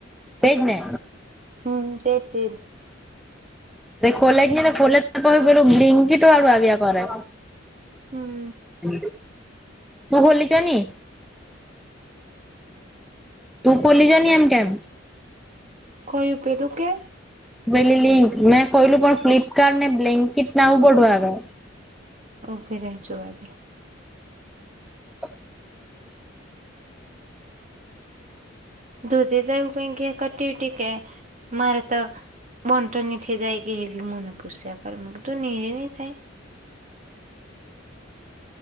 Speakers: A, in the centre; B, on the right.
A: વેજને.
B: હમ તે તે.
A: તે ખોલે કેને ખોલે ત હ બેલું બિકીટ આળું આબિયા કરે.
B: હમ.
A: હું ભોલી ચ ને. તું બોલી જ એમ કેમ.
B: કોઈયું પેલું કે.
A: પેલી લિંક મેં કહલું પણ ફ્લલીપકાર્્ટટ ને બ્લાન્કેટ નાું પડવા આવે.
B: ઓકેરે જોવાદે.
A: <unintelligible>
B: ધોધે જવું પકી ક ટીવ કે મારે તો. મન તો નીઠે જાય કે એવી મને પુષ્યા કર તું એવી થાય.